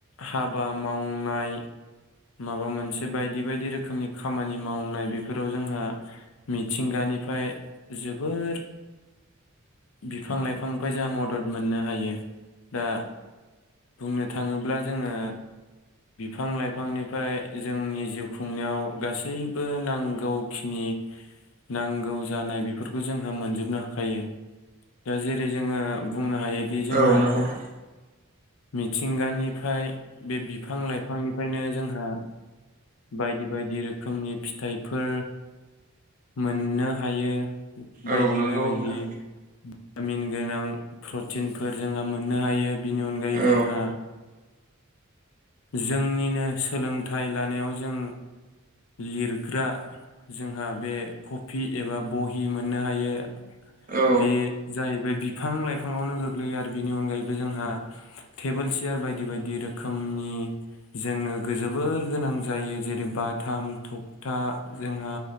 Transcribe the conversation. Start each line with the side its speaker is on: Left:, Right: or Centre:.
Left: हाबामावनाय। माबा मोनसे बायदि बायदि रोखोमनि खामानि मावनाय बेफोराव जोंहा मिथिंगानिफाय जोबोर बिफां लाइफांनिफाय जाहा मदद मोननो हायो दा बुंनो थाङोब्ला जोङो बिफां लाइफ बिफांनिफाय जोंनि जिउ खुंनायाव गासैबो नांगौखिनि नांगौ जानाय बेफोरखौ जोंहा मोनजोबनो हाखायो दा जेरै जोङो बुंना हायोदि जोंहा।
Right: औ नंगौ नोंथां
Left: मिथिंगानिफाय बे बिफां लाइफांनि फायनो जोंहा बायदि बायदि रोखोमनि फिथाइफोर मोननो हायो। बायदि
Right: औ नंगौ
Left: <unintelligible>
Right: नोंथां
Left: भिटामिन गोनां प्रथिनफोर जों मोननो हायो बिनि अनगायै
Right: औ
Left: जोंहा। जोंनिनो सोलोंथाइ लानायाव जों लिरग्रा जोंहा बे खफि एबा बहि मोननो हायो।
Right: औ
Left: बे जाहैबाय बिफां लाइफाङावनो गोग्लैयो आरो बेनि अनगायैबो जोंहा थेबोल सेयार बायदि बायदि रोखोमनि जोनो जोबोर गोनां जायो जेरै बाथाम थखथा जोंहा